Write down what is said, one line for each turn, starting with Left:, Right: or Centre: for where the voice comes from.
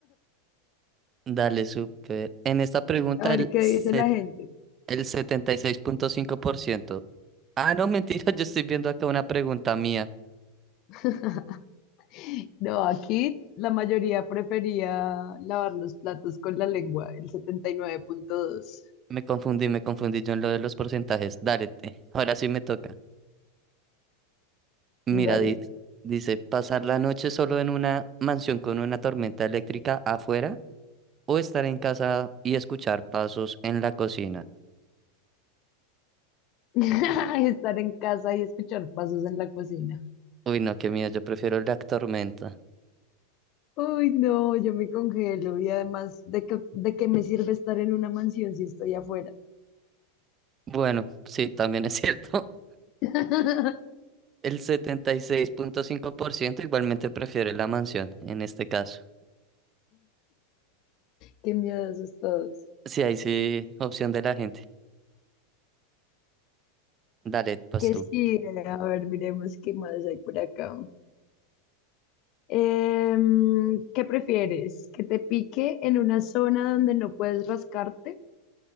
Right: Dale, súper. En esta pregunta,
Left: A ver
Right: el,
Left: qué
Right: set-
Left: dice la gente.
Right: el setenta y seis punto cinco por ciento Ah, no, mentira, <laughs> yo estoy viendo acá una pregunta mía.
Left: <laughs> No, aquí la mayoría prefería lavar los platos con la lengua, el 79.2.
Right: Me confundí, me confundí yo en lo de los porcentajes. Dale, <laughs> te- ahora sí me toca. Mira,
Left: Dale.
Right: di- dice, ¿pasar la noche solo en una mansión con una tormenta eléctrica afuera o estar en casa y escuchar pasos en la cocina?
Left: <laughs> Estar en casa y escuchar pasos en la cocina.
Right: Uy, no, qué miedo, yo prefiero la tormenta.
Left: Uy, no, yo me congelo y además, ¿de qué, de qué me sirve estar en una mansión si estoy afuera?
Right: Bueno, sí, también es cierto.
Left: <laughs>
Right: <laughs> El setenta y seis punto cinco por ciento igualmente prefiere la mansión, en este caso.
Left: Qué miedo asustados.
Right: Sí, ahí sí, opción de la gente. Dale, pues
Left: Que
Right: tú.
Left: sí, a ver, miremos qué más hay por acá. Em, ¿qué prefieres? ¿Que te pique en una zona donde no puedes rascarte